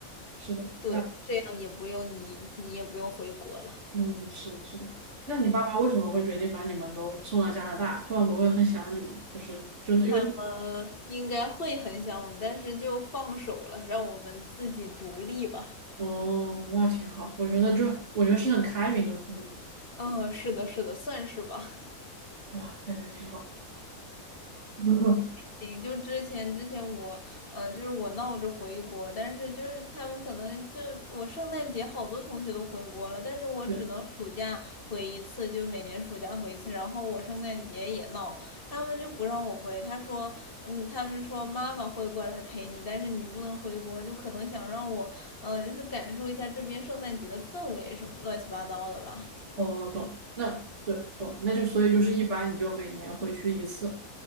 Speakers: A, on the right; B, on the left.
A: 是的，
B: 对，
A: 那。
B: 这样也不用你，你也不用回国了。
A: 嗯，是的，是的。那你爸妈为什么会决定把你们都送到加拿大？
B: 嗯，
A: 他们不会很想你们吗？就是真的，
B: 他们应该会很想我们，
A: 因为
B: 但是就放手了，让我们自己独立吧。
A: 哦，哇，挺好。我觉得就我觉得是很开明的父母，
B: 嗯，是的，是的，算是吧。
A: 哇，感觉挺好。<laughs>
B: 行，就之前之前我，嗯，就是我闹着回国，但是就是他们可能就我圣诞节好多同学都回国了，但是我只能暑假回一次，
A: 对，
B: 就每年暑假回一次。然后我圣诞节也闹，他们就不让我回，他说，嗯，他们说妈妈会过来陪你，但是你不能回国，就可能想让我，呃，就是感受一下这边圣诞节的氛围什么乱七八糟的吧。
A: 哦，懂了。那对，懂了。那就所以就是一般你就每年回去一次。